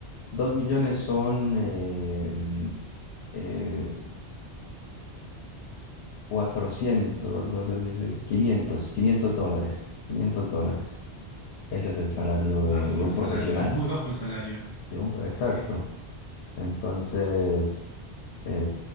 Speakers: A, on the left; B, on the left.
A: dos millones son eh, eh, 400, cuatrocientos, dices, 500 500 dólares, quinientos dólares. Ese es el salario
B: Muy bajo
A: de, de un
B: el
A: profesional,
B: salario. Es muy bajo el salario.
A: de un, exacto.
B: Sí.
A: Entonces, eh,